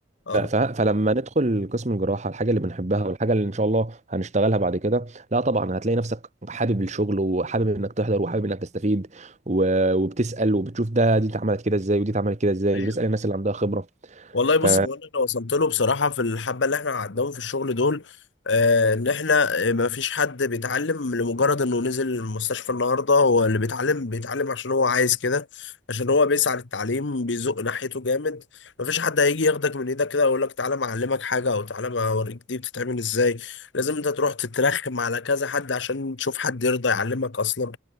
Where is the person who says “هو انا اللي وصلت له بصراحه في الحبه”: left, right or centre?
Left